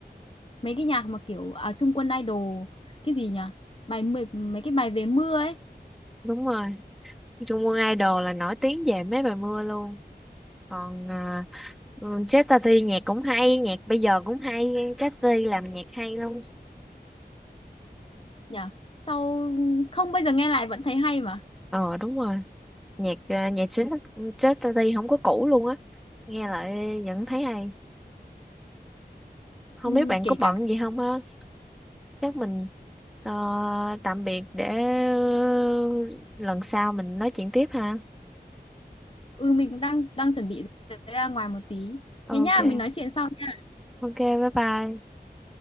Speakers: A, on the left; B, in the centre.
A: mấy cái nhạc mà kiểu à, Trung Quân Idol cái gì nhỉ bài mười mấy cái bài về mưa ấy
B: đúng rồi Trung Quân Idol là nổi tiếng về mấy bài mưa luôn còn à, ừ, Chester T nhạc cũng hay nhạc bây giờ cũng hay Chester T làm nhạc hay luôn
A: nhỉ sau không bây giờ nghe lại vẫn thấy hay mà
B: ờ đúng rồi nhạc à, nhạc chính Chester T không có cũ luôn á nghe lại vẫn thấy hay không
A: ừ,
B: biết bạn
A: kể
B: có bận
A: cả
B: gì không á chắc mình ờ, tạm biệt để ờ, lần sau mình nói chuyện tiếp ha
A: ừ mình cũng đang đang chuẩn bị ra ngoài một tí
B: ok
A: thế nha mình nói chuyện sau nha
B: ok bye bye